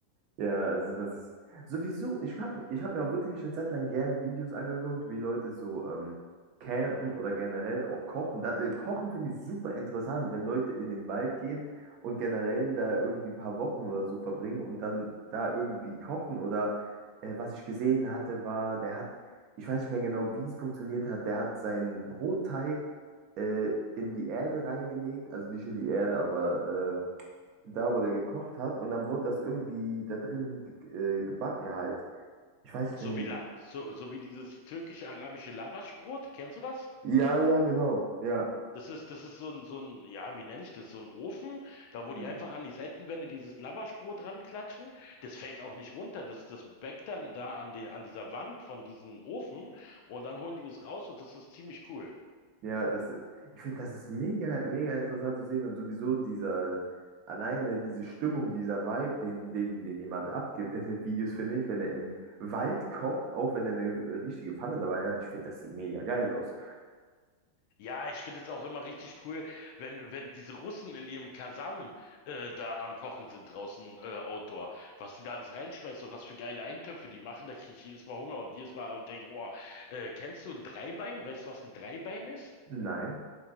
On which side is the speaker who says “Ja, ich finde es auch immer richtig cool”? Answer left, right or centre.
Left